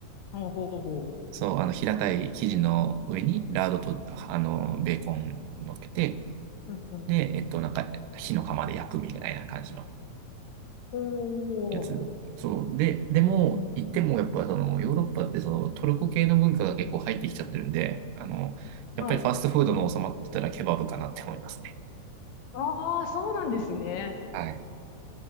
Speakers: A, on the left; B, on the right.
A: ほうほうほ
B: そう、あの、平たい生地の上に、ラードと、あの、ベーコン乗っけて、
A: う。うんうん。
B: で、えっと、なんか、火の釜で焼くみたいな感じの。
A: ほ
B: やつ。
A: う。
B: そう。で、でも、
A: うん。
B: 行ってもやっぱそのヨーロッパってそのトルコ系の文化が結構入ってきちゃってるんで、あの、やっぱりファストフードの収まってたらケバブかなって思いますね。
A: はい。ああ、そうなんですね。
B: はい。